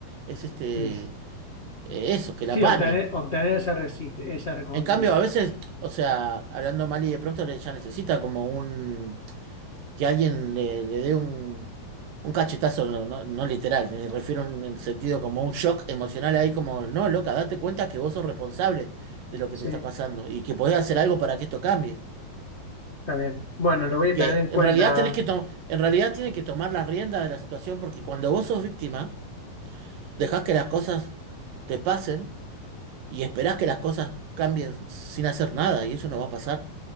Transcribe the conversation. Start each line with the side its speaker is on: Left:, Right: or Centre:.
Right: es este
Left: Es-
Right: eh, eso,
Left: sí,
Right: que la apañen.
Left: obtener, obtener esa, resiste, esa recompensa.
Right: En cambio, a veces, o sea, hablando mal y de pronto le- ya necesita como un que alguien le, le dé un, un cachetazo, no, no- no literal, me refiero en el sentido como un shock emocional ahí como, no, loca, date cuenta que vos sos responsable de lo que
Left: Sí,
Right: te está pasando y que podés hacer algo para que esto cambie.
Left: está bien. Bueno, lo voy a
Right: que
Left: tener en cuenta.
Right: en realidad tenés que to- en realidad tiene que tomar las riendas de la situación porque cuando vos sos víctima, dejás que las cosas te pasen y esperás que las cosas cambien sin hacer nada y eso no va a pasar.